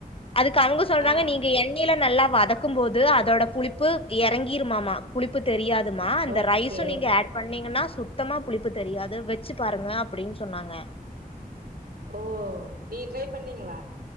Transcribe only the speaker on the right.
ஆ
ஓகே
ஓ நீங்க ட்ரை பண்ணீங்களா